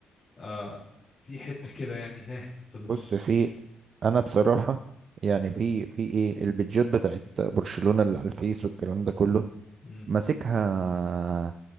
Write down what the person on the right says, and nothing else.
بص في انا بصراحة يعني في في ايه البيدجات بتاعت برشلونة اللي على الفيس والكلام ده كله
ماسكها